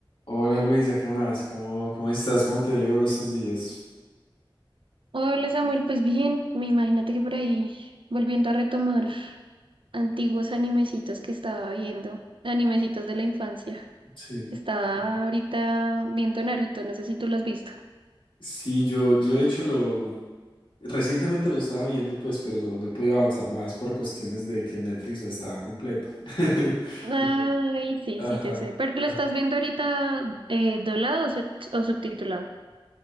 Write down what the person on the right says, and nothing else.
Hola Samuel, pues bien, me imagínate que por ahí volviendo a retomar antiguos animecitos que estaba viendo, animecitos de la infancia.
Estaba
ahorita viendo Naruto, no sé si tú lo has visto.
Ay, sí,
sí, yo sé, pero ¿lo
estás viendo ahorita eh, doblado o, sub- o subtitulado?